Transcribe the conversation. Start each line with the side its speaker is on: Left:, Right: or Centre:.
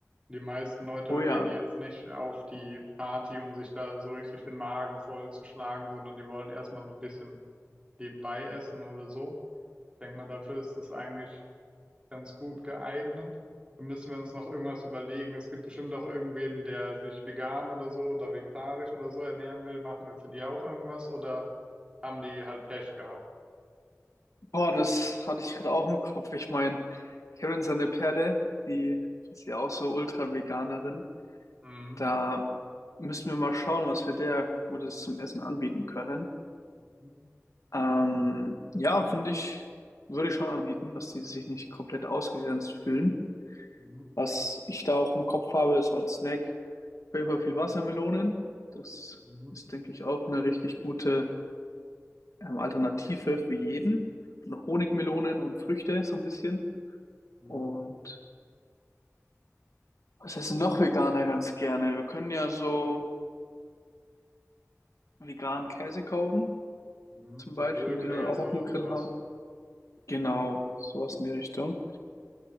Right: Die meisten Leute
Left: Oh ja,
Right: gehen ja jetzt nicht auf die Party, um sich da so richtig den Magen vollzuschlagen, sondern die wollen erstmal so ein bisschen nebenbei essen oder so. Ich denke mal, dafür ist es eigentlich ganz gut geeignet. Dann müssen wir uns noch irgendwas überlegen. Es gibt bestimmt auch irgendwen, der sich vegan oder so oder vegetarisch oder so ernähren will. Machen wir für die auch irgendwas oder haben die halt Pech gehabt?
Left: boah, das hatte ich gerade auch im Kopf. Ich meine, Kevin seine Perle, die ist ja auch so Ultra-Veganerin.
Right: Mhm.
Left: Da müssen wir mal schauen, was wir der Gutes zum Essen anbieten können.
Right: Mhm.
Left: Ähm, ja, finde ich, würde ich schon anbieten, dass die sich nicht komplett ausgegrenzt fühlen.
Right: Mhm.
Left: Was ich da auch im Kopf habe, ist halt Snack. Auf jeden Fall viel Wassermelonen. Das
Right: Mhm.
Left: ist, denke ich, auch eine richtig gute ähm, Alternative für jeden. Und noch Honigmelonen und Früchte so ein bisschen.
Right: Mhm.
Left: Und was essen noch Veganer ganz gerne? Wir können ja so veganen Käse kaufen,
Right: Mhm.
Left: zum Beispiel,
Right: So Grillkäse
Left: den dann auch auf
Right: oder
Left: dem Grill
Right: sowas.
Left: hauen. Genau, sowas in die Richtung.